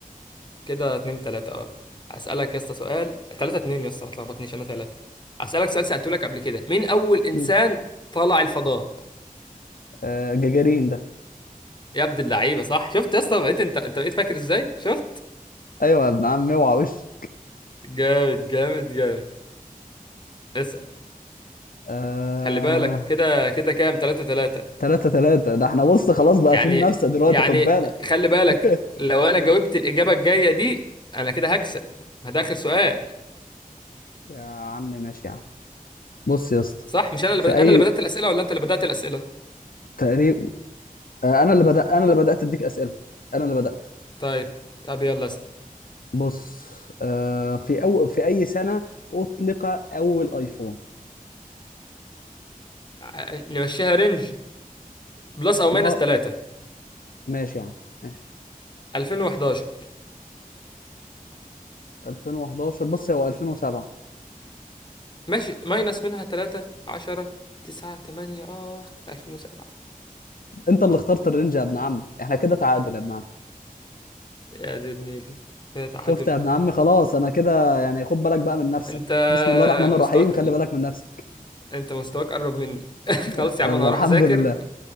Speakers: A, on the left (about 30°); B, on the left (about 70°).
A: كده اتنين تلاتة اه اسألك يا اسطى سؤال تلاتة اتنين يا اسطى ما تلخبطنيش انا تلاتة اسألك سؤال سألته لك قبل كده مين اول انسان
B: مم.
A: طلع الفضاء
B: آه جاجارين ده
A: يا عبد اللعيبة صح شفت يا اسطى بقيت انت انت بقيت فاكر ازاي شفت
B: ايوه يا ابن عم اوعى وش
A: جامد جامد جامد اسأل
B: آه
A: خلي بالك كده كده كام تلاتة تلاتة
B: تلاتة تلاتة ده احنا بص خلاص بقى
A: يعني
B: في منافسة دلوقتي
A: يعني
B: خد بالك
A: خلي بالك
B: <laughs>
A: لو انا جاوبت
B: اه
A: الإجابة الجاية دي انا كده هكسب ما ده آخر سؤال
B: يا عم ماشي يا عم بص يا اسطى
A: صح مش انا اللي
B: في
A: بد... انا
B: اي
A: اللي بدأت الأسئلة ولا انت اللي بدأت الأسئلة
B: تقريب آه، انا اللي بدأت انا اللي بدأت اديك اسئلة انا اللي بدأت
A: طيب طب يلا اسأل
B: بص آه، في أو... في اي سنة اطلق اول ايفون
A: ع- نمشيها رينج بلس او ماينس
B: ما هو
A: تلاتة
B: ماشي يا عم ماشي
A: 2011
B: 2011 بص هو 2007
A: ماشي ماينس منها تلاتة عشرة تسعة تمانية آخ 2007
B: انت اللي اخترت الرينج يا ابن عم احنا كده تعادل يا ابن عم
A: يا دي النيل كده تعادل
B: شفت يا ابن عمي خلاص انا كده يعني خد بالك بقى من نفسك
A: انت
B: بسم الله الرحمن الرحيم
A: مستواك
B: خلي بالك من نفسك
A: انت مستواك قرب مني <laughs>
B: <laughs>
A: خلاص يا
B: يلا
A: عم انا هروح
B: الحمد
A: اذاكر
B: لله